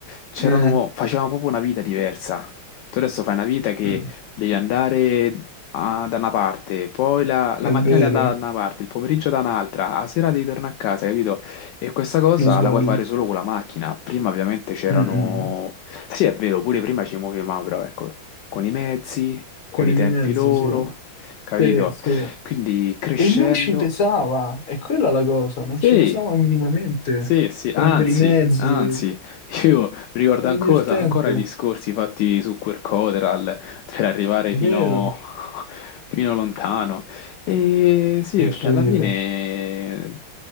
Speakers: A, on the left; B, on the left.
A: c'erano,
B: eh,
A: facevamo proprio una vita diversa. Tu adesso fai una vita che
B: mm,
A: devi andare a- da una parte, poi la,
B: è
A: la mattina
B: vero,
A: devi andare da una parte, il pomeriggio da un'altra, la sera devi tornare a casa, capito? E questa cosa
B: non sbagli.
A: la puoi fare solo con la macchina. Prima ovviamente c'erano...
B: Mm, mm.
A: Sì, è vero, pure prima ci muovevamo, però ecco, con i mezzi, con
B: Con
A: i
B: i
A: tempi
B: mezzi,
A: loro,
B: sì.
A: capito?
B: Sì, sì.
A: Quindi crescendo...
B: E non ci pesava, è quella la cosa, non
A: Sì,
B: ci pesava minimamente.
A: sì, sì, anzi,
B: Prendere i mezzi,
A: anzi, <laughs> io ricordo
B: era
A: ancora,
B: divertente,
A: ancora i discorsi fatti su Quercoteral per arrivare
B: vero?
A: fino, <laughs> fino lontano. E sì,
B: Che
A: perché
B: ride.
A: alla fine,